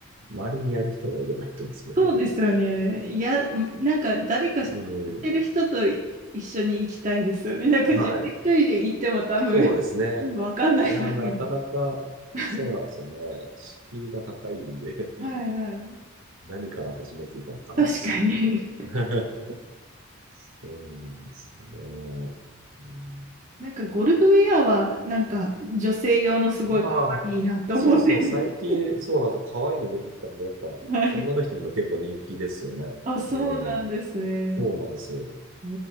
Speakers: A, on the right (about 70°); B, on the right (about 35°).
A: 周りにやる人がいればいいと思うんですけどね。
B: そうですよね。いや、なんか誰かやってる人と一緒に行きたいですよね。
A: うん。
B: <laughs> なんか自分一人で行っても多分、
A: はいそうですね。
B: わかんないだろう。
A: いや、なかなか、
B: <laughs>
A: そうなんですよね。敷居が高いんで <laughs>
B: はいはい。
A: 何から始めていいかわかんないですよね。
B: 確かに。
A: <laughs> そうなんですよね。うん、
B: なんかゴルフウェアはなんか女性用のすごい可愛いなと思って。
A: ああ、そうそう、最近、そうなんですよ。可愛いの出てきたんで、やっぱ、
B: <laughs> はい。
A: 女の人にも結構人気ですよね。
B: あ、そうなんですね。
A: うん。そうなんですよ。
B: え